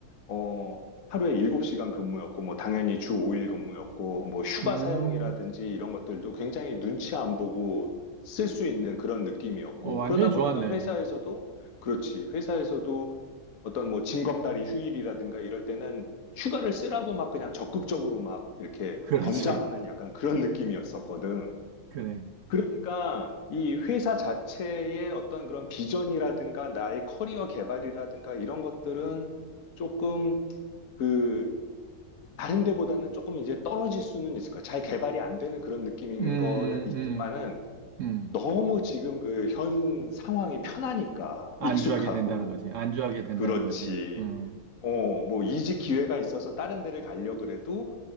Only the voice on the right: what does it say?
음,
어, 완전히
좋았네.
<laughs> 그렇지.
그래.
음,
음, 음,
음.
안주하게
된다는 거지. 안주하게 된다는
거지. 음,